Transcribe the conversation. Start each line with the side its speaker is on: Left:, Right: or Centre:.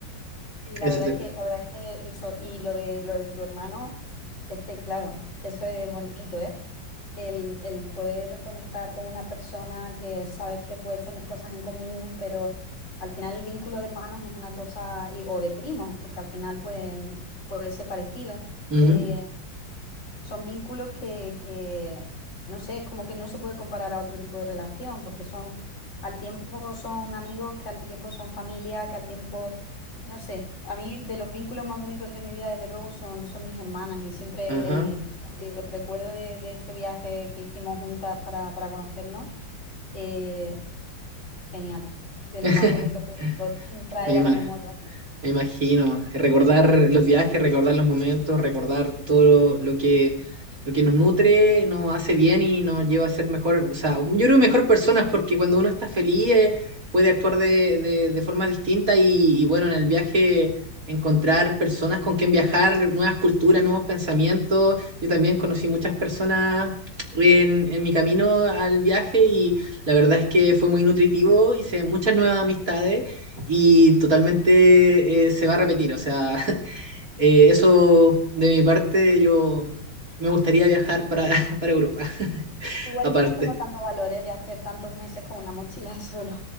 Left: Y la
Right: Eso
Left: verdad
Right: te...
Left: que, la verdad que eso, y lo de lo de tu hermano, es que claro, eso es bonito, ¿eh? El, el poder reconectar con una persona que sabes que puedes tener cosas en común, pero al final el vínculo de hermanos es una cosa, y- o de primos, porque al final pueden, puede ser parecido,
Right: Ujú,
Left: eh, son vínculos que, que, no sé, es como que no se puede comparar a otro tipo de relación, porque son, al tiempo son amigos, que al tiempo son familia, que al tiempo, no sé, a mí de los vínculos más bonitos de mi vida, desde luego, son, son mis hermanas y siempre
Right: Ajá.
Left: el, te digo, el recuerdo de, de este viaje que hicimos juntas para, para conocernos, eh, genial, de lo
Right: <laughs>
Left: más bonito que puedo traer
Right: Me imagino.
Left: a la memoria.
Right: me imagino. Recordar los viajes, recordar los momentos, recordar todo lo, lo que, lo que nos nutre, nos hace bien y nos lleva a ser mejor, o sea, yo creo mejor personas porque cuando uno está feliz eh, puede actuar de, de, de forma distinta y, y bueno, en el viaje encontrar personas con quien viajar, nuevas culturas, nuevos pensamientos. Yo también conocí muchas personas en, en mi camino al viaje y la verdad es que fue muy nutritivo, hice muchas nuevas amistades y totalmente eh, se va a repetir. O sea, <laughs> eh, eso de mi parte, yo me gustaría viajar para, <laughs> para Europa, <laughs>
Left: Igual
Right: aparte.
Left: yo no tengo tantos valores de hacer tantos meses con una mochila solo.